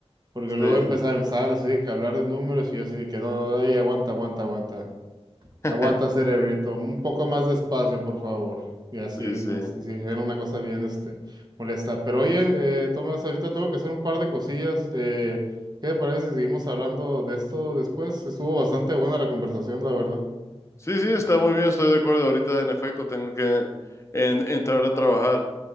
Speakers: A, on the right (about 40°); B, on the left (about 25°).
A: Porque
B: Sí,
A: luego empezaba- empezaban así de que hablar de números y yo así de que no, no, no, ey, aguanta, aguanta, aguanta.
B: <laughs>
A: Aguanta, cerebrito. Un poco más despacio, por favor. Y así,
B: sí, sí.
A: ¿no? Sí, sí, era una cosa bien, este, molesta. Pero oye, eh, Tomás, ahorita tengo que hacer un par de cosillas. Eh, ¿qué te parece si seguimos hablando de esto después? Estuvo bastante buena la conversación, la verdad.
B: Sí, sí, está muy bien, estoy de acuerdo. Ahorita, en efecto, tengo que en- entrar a trabajar.